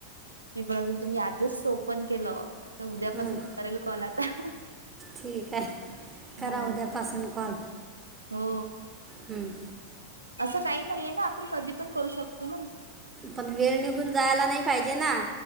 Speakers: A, on the right (about 80°); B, on the right (about 20°).
A: मी पण अजून तुम्ही आजच ओपन केलं आता उद्यापासून
B: हम्म.
A: करेल कॉल आता
B: ठीक आहे करा
A: हो
B: उद्यापासून कॉल
A: हो
B: हम्म
A: असं काही नाहीये ना आपण कधी पण करू शकतो ना
B: पण वेळ निघून जायला नाही पाहिजे ना